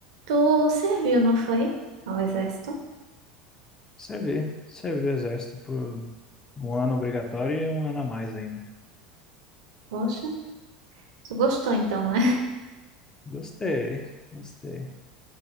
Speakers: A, on the right; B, on the left.
A: Tu serviu, não foi? Ao exército?
B: Servi, servi o exército por um ano obrigatório e um ano a mais ainda.
A: Poxa, tu gostou então, né? <laughs>
B: Gostei, gostei,